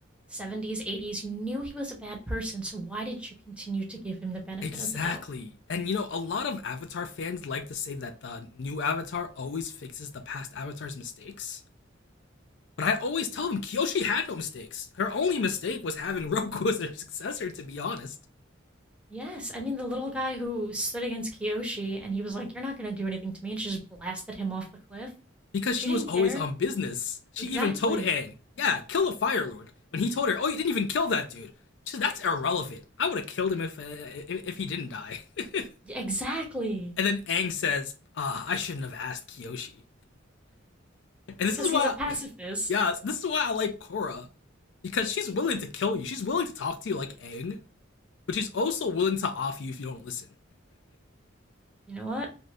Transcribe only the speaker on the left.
Exactly.
And you know, a lot of Avatar fans like to say that the new Avatar always fixes the past Avatar's mistakes. But I always tell them Kyoshi had no mistakes. Her only mistake was having <laughs> Roku as her successor, to be honest.
because
she
was always
on business. She
even told Aang, yeah, kill the Fire Lord. When he told her, oh, you didn't even kill that dude. She said, that's irrelevant. I would have killed him if, uh, if if he didn't die. <laughs>
and then Aang says, ah, oh, I shouldn't have asked Kyoshi. And
this
is why,
<laughs> yeah, this is why I like Korra. Because she's willing to kill you. She's willing to talk to you like Aang, but she's also willing to off you if you don't listen.